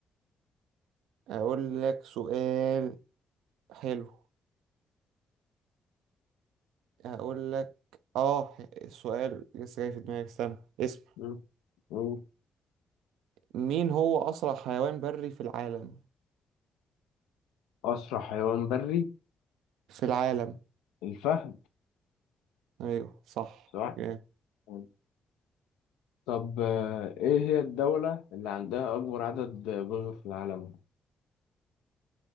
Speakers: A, on the right; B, on the left.
A: أقول لك سؤال حلو أقول لك اه السؤال لسه جاي في دماغي استنى اسم
B: مم. مم.
A: مين هو أسرع حيوان بري في العالم؟
B: أسرع حيوان بري
A: في العالم
B: الفهد
A: أيوه صح
B: صح
A: جامد.
B: مم. طب آه، إيه هي الدولة اللي عندها أكبر عدد جزر في العالم؟